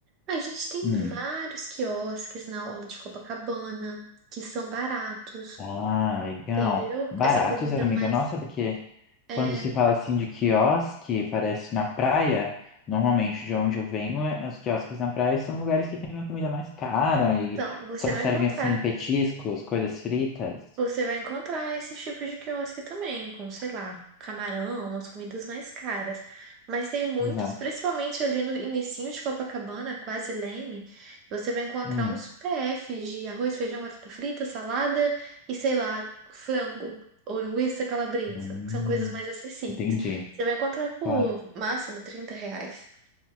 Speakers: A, on the right (about 40°); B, on the left (about 30°).
A: a gente tem
B: Hum.
A: vários quiosques na orla de Copacabana que são baratos,
B: Ah, legal.
A: entendeu?
B: Baratos,
A: Essa comida
B: amiga.
A: mais
B: Nossa, porque
A: é,
B: Quando se fala assim de quiosque, parece na praia. Normalmente, de onde eu venho, é- os quiosques na praia são lugares que têm a comida mais cara e
A: então, você
B: só
A: vai
B: servem
A: encontrar.
B: assim petiscos, coisas fritas.
A: Você vai encontrar esses tipos de quiosque também, com, sei lá, camarão, umas comidas mais caras. Mas tem muitos,
B: Exato.
A: principalmente ali no inicinho de Copacabana, quase Leme, você vai encontrar
B: Hum,
A: uns PFs de arroz, feijão, batata frita, salada e, sei lá, frango ou linguiça calabresa,
B: hum,
A: que são coisas mais acessíveis.
B: entendi.
A: Você vai encontrar por
B: Claro.
A: máximo 30 reais,